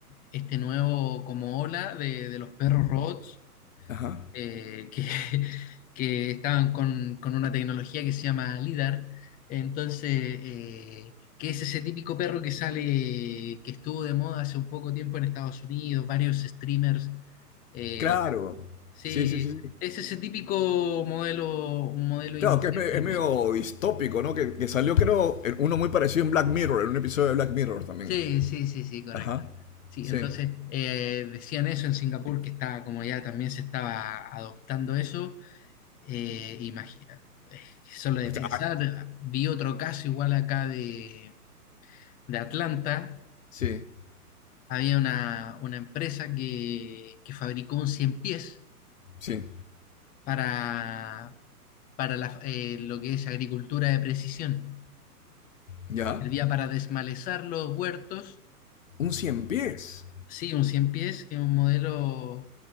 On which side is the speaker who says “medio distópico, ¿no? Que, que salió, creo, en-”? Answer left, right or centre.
Left